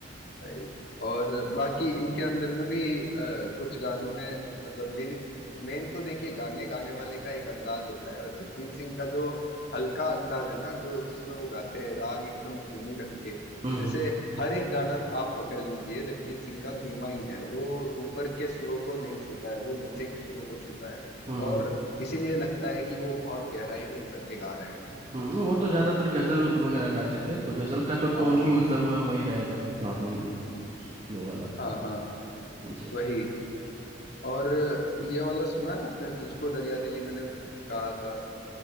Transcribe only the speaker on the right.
हम्म
हम्म
हम्म
हम्म,
हम्म, वो तो ज्यादातर गजल वगैरह गाते थे तो गजल का तो
टोन ही
मतलब वही रहेगा नॉर्मल
फ्लो वाला
जी